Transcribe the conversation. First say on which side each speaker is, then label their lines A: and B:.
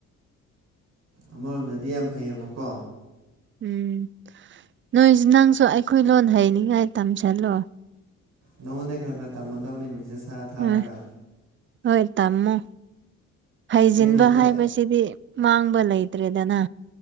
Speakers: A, on the right (about 60°); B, on the right (about 40°).
A: ꯑꯃꯔꯣꯝꯗꯗꯤ ꯌꯥꯝ ꯐꯩꯌꯦꯕꯀꯣ
B: ꯎꯝ ꯅꯣꯏꯁ ꯅꯪꯁꯨ ꯑꯩꯈꯣꯏ ꯂꯣꯟ ꯍꯩꯅꯤꯡꯉꯥꯏ ꯇꯝꯁꯜꯂꯣ
A: ꯅꯪꯉꯣꯟꯗꯩ ꯈꯔ ꯈꯔ ꯇꯝꯃꯗꯧꯅꯤ ꯃꯦꯁꯦꯖ ꯊꯥꯔ ꯊꯥꯔꯒ
B: ꯎꯝ ꯍꯣꯏ ꯇꯃꯨ ꯍꯩꯖꯤꯟꯕ
A: ꯑꯩ ꯃꯩꯇꯩ
B: ꯍꯥꯏꯕꯁꯤꯗꯤ ꯃꯥꯡꯕ ꯂꯩꯇ꯭ꯔꯦꯗꯅ